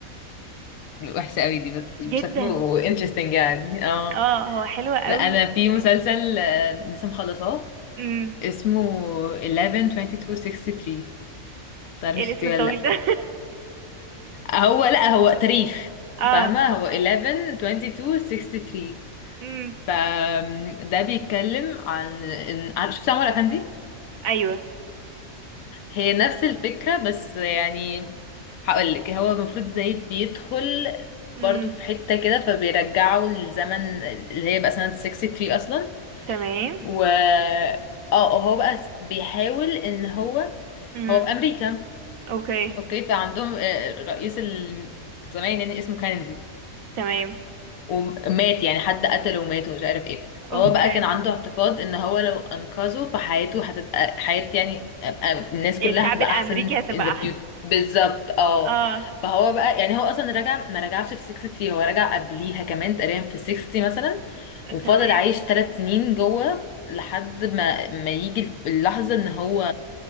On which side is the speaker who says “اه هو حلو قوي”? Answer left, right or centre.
Right